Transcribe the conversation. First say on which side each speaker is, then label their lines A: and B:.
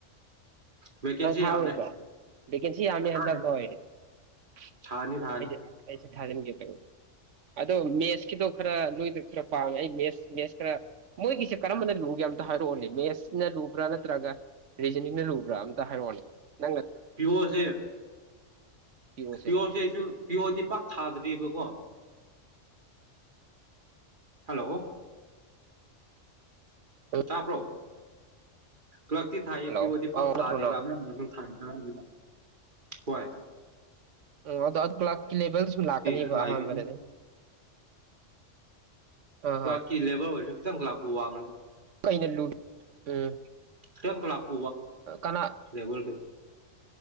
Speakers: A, on the right; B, on the right.
A: ꯚꯦꯀꯦꯟꯁꯤ
B: ꯅꯡ ꯊꯔꯣꯏꯗꯔꯣ
A: ꯌꯥꯝꯃꯦ
B: ꯚꯦꯀꯦꯟꯁꯤ ꯌꯥꯝꯃꯦ
A: ꯊꯥꯅꯤ
B: ꯍꯟꯗꯛꯣ ꯑꯩꯗꯤ
A: ꯊꯥꯅꯤ ꯊꯥꯅꯤ
B: ꯑꯩꯁ ꯊꯥꯖꯤꯟꯒꯦ ꯇꯧ ꯑꯗꯣ ꯃꯦꯠꯁꯀꯤꯗꯣ ꯈꯔ ꯅꯣꯏꯗ ꯈꯔ ꯄꯥꯉꯦ ꯑꯩ ꯃꯦꯠꯁ ꯃꯦꯠꯁ ꯈꯔ ꯃꯣꯏꯒꯤꯁꯦ ꯀꯔꯝꯕꯅ ꯂꯨꯒꯦ ꯑꯝꯇ ꯍꯥꯏꯔꯛꯑꯣꯅꯦ ꯃꯦꯠꯁꯅ ꯂꯨꯕ꯭ꯔꯥ ꯅꯠꯇ꯭ꯔꯒ ꯔꯤꯖꯅꯤꯡꯅ ꯂꯨꯕ꯭ꯔꯥ ꯑꯡ ꯇꯥ ꯍꯥꯏꯔꯀꯑꯣꯅꯦ ꯅꯡꯅꯥ
A: ꯄꯕꯣꯁꯦ
B: ꯄꯤꯌꯣꯁꯦ
A: ꯄꯤꯌꯣꯔꯁꯦ ꯑꯩꯁꯨ ꯄꯤꯌꯣꯔꯗꯤ ꯄꯥꯛ ꯊꯥꯗꯔꯤꯕꯀꯣ ꯍꯜꯂꯣ
B: ꯎꯝ
A: ꯇꯥꯕꯔꯣ ꯀꯛꯇꯤ ꯊꯥꯏꯌꯦ
B: ꯍꯜꯂꯣ
A: ꯄꯤꯌꯑꯣꯗꯤ ꯄꯛ
B: ꯑ
A: ꯊꯥꯗꯦꯕ
B: ꯅꯠꯇ꯭ꯔꯣ ꯅꯪ
A: <unintelligible> ꯉꯔꯪꯡꯒꯦꯗꯣ ꯍꯣꯌ
B: ꯑꯥ ꯑꯗꯨ ꯑꯗꯨ ꯀꯥꯜꯛ ꯂꯦꯕꯦꯜ ꯁꯨ ꯂꯥꯛꯀꯅꯦꯕ
A: ꯑꯗꯨ
B: ꯑꯍꯥꯟꯕꯗꯗꯤ
A: ꯑꯥꯏ ꯕꯤ
B: ꯑꯥ
A: ꯀ꯭ꯂꯥꯛꯀꯤ ꯂꯦꯕꯔ ꯑꯣꯏꯁꯨ ꯈꯤꯇꯪ ꯂꯥꯛ ꯋꯥꯡ ꯒꯅꯤ
B: ꯀꯩꯅꯥ ꯂꯨꯒꯦ ꯎꯝ
A: ꯁꯇꯟ ꯐꯂꯞ
B: ꯀꯅꯥ
A: <unintelligible>